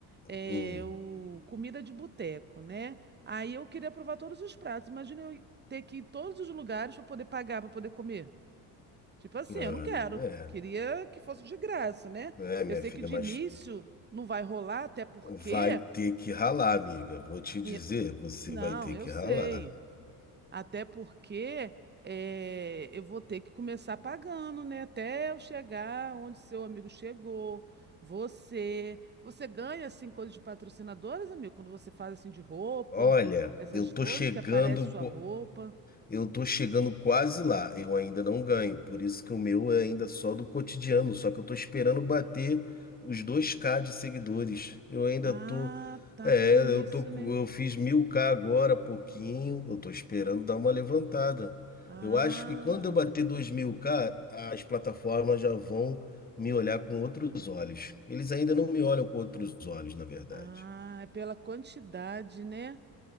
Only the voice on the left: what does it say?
Hum,
ah,
é,
é, minha
filha,
mas
vai ter que ralar, amiga. Vou te dizer,
você
vai ter
que
ralar.
Olha,
eu tô
chegando.
Eu tô chegando quase lá, eu ainda não ganho, por isso que o meu é ainda só do cotidiano, só que eu tô esperando bater os dois k de seguidores. Eu ainda
tô,
é,
eu
tô, com-
eu fiz mil k agora, pouquinho, eu tô esperando dar uma levantada.
Eu acho que quando eu bater dois mil k as plataformas já vão me olhar com outros olhos. Eles ainda não me olham com outros olhos, na verdade.